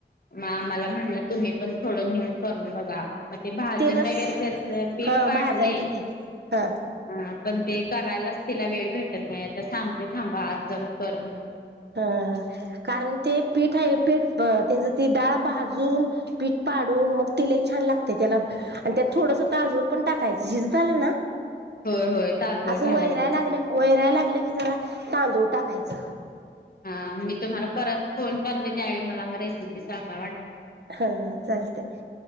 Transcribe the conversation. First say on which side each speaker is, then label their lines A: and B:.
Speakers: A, on the left (about 55°); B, on the right (about 65°).
A: म आम्हाला म्हटलं तुम्ही पण थोड नेऊन करून बघा. मग ते भाजून
B: तेलच
A: वगैरे त्याच पीठ
B: हा
A: पाडलय,
B: भाजायचं ते हा
A: हा पण ते. करायलाच तिला वेळ भेटत नाही आता सांगते थांबा आज जाऊन कर म्हणून.
B: हा कारण ते पीठ आहे पेठ तेज ते डाळ भाजून पीठ पाडून मग ते छान लागतय. त्याला आणि त्या थोड तांदूळ पण टाकायच शिजतआल ना.
A: होय होय तांदूळ
B: असं
A: घालायचं
B: वयराय
A: असते.
B: लागलं वैराय लागलं की जरा तांदूळ टाकाय च.
A: हा मी तुम्हाला परत फोन करते त्यावेळी मला रेसिपी सांगा वाट
B: हा चालतय,